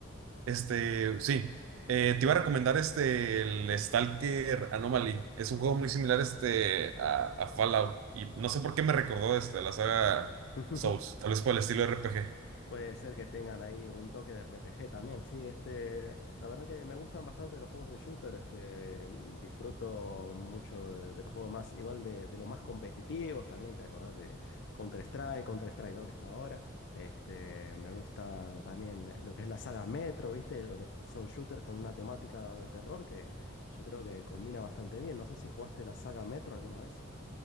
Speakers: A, on the right; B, on the left.
A: Este, sí. Eh, te iba a recomendar este, el Stalker Anomaly. Es un juego muy similar este, a, a Fallout. Y no sé por qué me recordó este, la saga
B: <laughs>
A: Souls. Tal vez por el estilo RPG.
B: Puede ser que tengan ahí un toque de RPG también. Sí, este, la verdad que me gustan bastante los juegos de shooter. Este, mm, disfruto mucho de, de los juegos más, igual de, de los más competitivos también. ¿Te acordás de Counter-Strike, Counter-Strike 2 que está ahora? Este, me gusta también lo que es la saga Metro, ¿viste? Lo que son shooters con una temática de terror que yo creo que combina bastante bien. No sé si jugaste la saga Metro alguna vez.